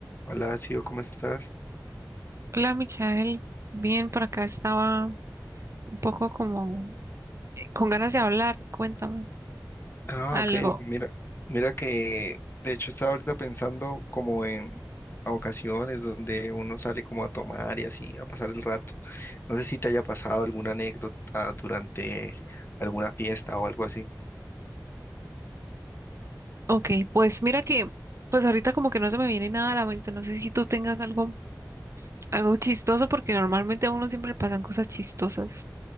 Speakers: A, on the left (about 30°); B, on the right (about 40°).
A: Hola, Sio, ¿cómo estás?
B: Hola, Michael. Bien, por acá estaba un poco como eh, con ganas de hablar. Cuéntame
A: Ah,
B: algo.
A: ok, mira, mira que de hecho estaba ahorita pensando como en ocasiones donde uno sale como a tomar y así, a pasar el rato. No sé si te haya pasado alguna anécdota durante alguna fiesta o algo así.
B: Ok, pues mira que, pues ahorita como que no se me viene nada a la mente. No sé si tú tengas algo, algo chistoso, porque normalmente a uno siempre le pasan cosas chistosas.